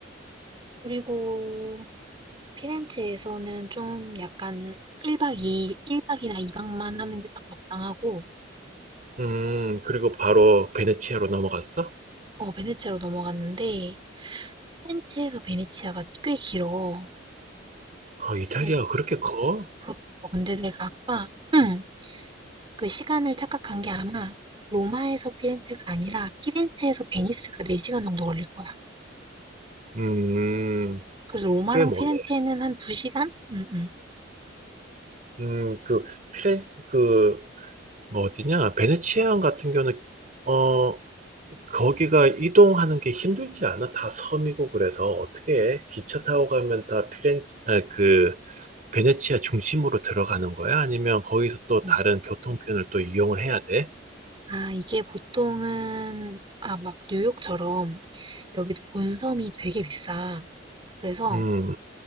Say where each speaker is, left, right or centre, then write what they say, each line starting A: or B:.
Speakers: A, on the right; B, on the right.
A: 그리고 피렌체에서는 좀 약간 1박 2일, 박이나 2박만 하는 게 딱 적당하고,
B: 음, 그리고 바로 베네치아로 넘어갔어?
A: 어, 베네치아로 넘어갔는데 프렌체에서 베네치아가 꽤 길어.
B: 아, 이탈리아가
A: 네,
B: 그렇게 커?
A: 그렇 어, 근데 내가 아까 응, 그 시간을 착각한 게 아마 로마에서 피렌체가 아니라 피렌체에서 베니스가 4시간 정도 걸릴 거야.
B: 음,
A: 그래서 로마랑
B: 꽤 머네.
A: 피렌체는 한 2시간? 응, 응.
B: 음, 그, 피렌, 그, 뭐 어디냐? 베네치아 같은 경우는, 어, 거기가 이동하는 게 힘들지 않아? 다 섬이고 그래서 어떻게 기차 타고 가면 다 피렌체 아, 그 베네치아 중심으로 들어가는 거야? 아니면 거기서 또
A: 응.
B: 다른 교통편을 또 이용을 해야 돼?
A: 아, 이게 보통은 아, 막 뉴욕처럼 여기도 본섬이 되게 비싸. 그래서
B: 음,